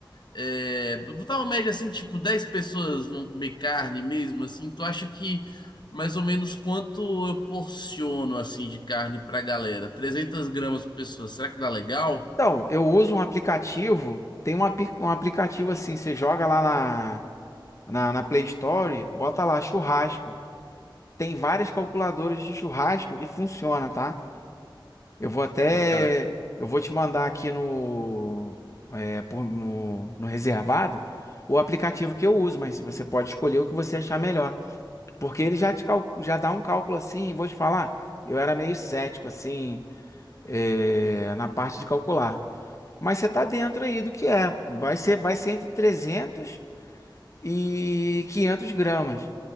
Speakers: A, on the left; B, on the left.
A: É, botar uma média assim, tipo, 10 pessoas vão comer carne mesmo, assim. Tu acha que mais ou menos quanto eu porciono, assim, de carne pra galera? 300 gramas por pessoa, será que dá legal?
B: Então, eu uso um aplicativo, tem um, api- um aplicativo assim, você joga lá na, na, na Play Store, bota lá churrasco. Tem várias calculadoras de churrasco e funciona, tá? Eu vou até,
A: Pô, cara,
B: eu vou te mandar aqui no, é, por- no, no reservado o aplicativo que eu uso, mas você pode escolher o que você achar melhor. Porque ele já te cal- já dá um cálculo assim, e vou te falar, eu era meio cético assim, é, na parte de calcular. Mas você está dentro aí do que é. Vai ser, vai ser entre 300 e 500 gramas.